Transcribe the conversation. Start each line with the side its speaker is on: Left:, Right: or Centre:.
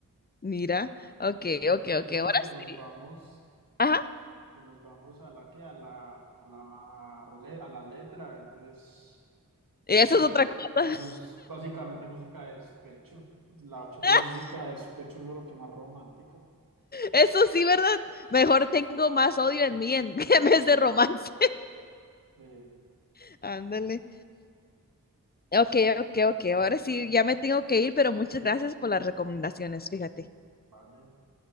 Left: Mira, ok, ok,
Right: Sí, porque
Left: ok,
Right: es
Left: ahora
Right: que si nos
Left: sí.
Right: vamos,
Left: Ajá,
Right: si nos vamos a la que, a la, a la, le- a la letra, pues,
Left: eso
Right: pues,
Left: es otra cosa.
Right: eso es básicamente música de despecho. La bachata
Left: <laughs>
Right: es música de despecho, es lo que más romántica.
Left: Eso sí, ¿verdad? Mejor tengo más odio en mí en, <laughs> en vez de romance.
Right: Sí,
Left: <laughs> Ándale. Ok, ok, ok. Ahora sí, ya me tengo que ir, pero muchas gracias por las recomendaciones, fíjate.
Right: vale.